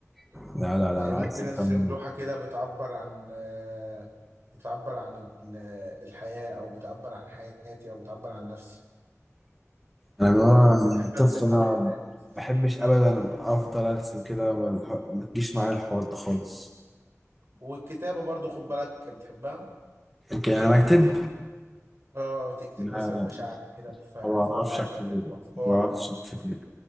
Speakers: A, in the centre; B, on the right.
A: لا لا لا
B: يعني
A: انا
B: ممكن
A: عكسك
B: ارسم
A: تماما
B: لوحة كده بتعبر عن آه، بتعبر عن ال- الحياة او بتعبر عن حياتي او بتعبر عن نفسي
A: انا من وانا
B: واوقات بحب
A: يعني طفل
B: ارسم ملامح
A: انا
B: الناس
A: بحبش ابدا افضل ارسم كده والح- ما تجيش معايا الحوار ده خالص
B: والكتابة برضو خد بالك بتحبها
A: لكن انا اكتب
B: اه تكتب
A: لا
B: مثلا مشاعرك
A: لا،
B: كده في
A: ما
B: في
A: بعرفش
B: ورقة
A: اكتب
B: كده وافكارك
A: ما بعرفش اكتب